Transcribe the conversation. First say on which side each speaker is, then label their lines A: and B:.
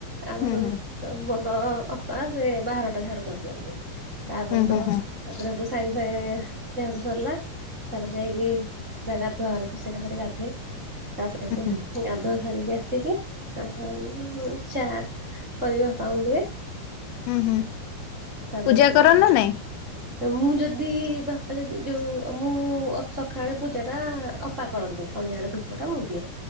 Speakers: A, on the right; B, on the left.
A: ଆଉ
B: ହୁଁ
A: ମୁଁ
B: ହୁଁ
A: ବଡ ଅପା ସେ ବାହାରଟା ଝାଡୁ କ କରିଦିଅନ୍ତି। ତାପରେ
B: ହୁଁ
A: ତ
B: ହୁଁ ହୁଁ
A: ତାପରେ ସେଠୁ ସାଙ୍ଗେ ସାଙ୍ଗେ ଝାଡୁ ସରିଲା। ତାପରେ ଯାଇକି ସେ ତା ଗାଧୁଆଘରେ ପସେ । ତାପରେ ଗାଧାଏ ତାପରେ ଏଠୁ
B: ହୁଁ
A: ଗାଧୁଆ ଧରିକି ଆସିକି ଆ ଚା କରି ବାପାଙ୍କୁ ଦିଏ।
B: ହୁଁ ହୁଁ,
A: ତାପରେ
B: ପୂଜା
A: ହେଠୁ
B: କର ନା ନାଇଁ?
A: ମୁଁ ଯଦି ବାପା ଯଦି ଯୋଉ ମୁଁ ସକାଳେ ପୂଜା ଟା ଅପା କରନ୍ତି। ସନ୍ଧ୍ୟାବେଳେ ଧୂପଟା ମୁଁ ଦିଏ।